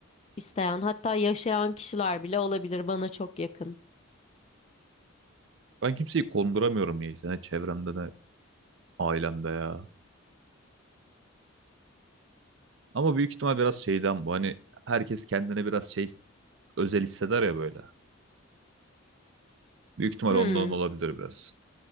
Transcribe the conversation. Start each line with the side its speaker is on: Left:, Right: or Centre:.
Left: isteyen hatta yaşayan kişiler bile olabilir bana çok yakın.
Right: Ben kimseyi konduramıyorum niyeyse. Ne çevremde ne ailemde ya. Ama büyük ihtimal biraz şeyden bu. Hani herkes kendine biraz şey özel hisseder ya böyle. Büyük ihtimal
Left: Hmm,
Right: ondan olabilir biraz.